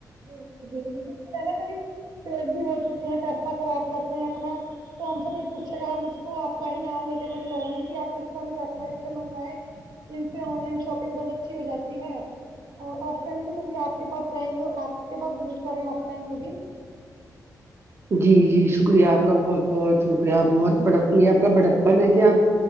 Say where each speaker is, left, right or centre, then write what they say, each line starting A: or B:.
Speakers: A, on the right; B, on the right.
A: ب بالکل نا کہیں پیٹ بھی ہو چکے ہیں پیسہ خراب کرتے ہیں اپنا تو ہم سےب پوچھے گا ہم اس کو آ کا ہی نام ریکمنڈ کریں گے کہ آپ اس والی ویب سائٹ پہ منگائے ان سے آن لائن شاپنگ بہت اچھی ہو جاتی ہے اور آف لائن بھی توھی آپ کے پاس رہیں گے آپ کے پاس وزٹ کر رہے ہیں آف لائن میں بھی
B: جی جی شکریہ آپ کا بہت بہت شکریہ بہت بڑ یہ آپ کا بڑپن ہے کہ آپ